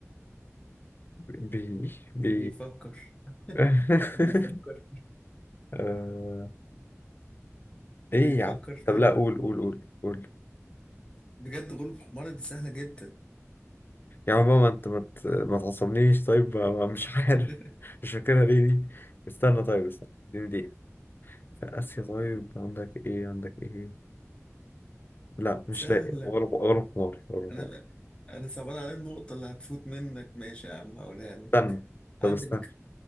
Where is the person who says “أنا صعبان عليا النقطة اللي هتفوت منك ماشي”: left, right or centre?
Left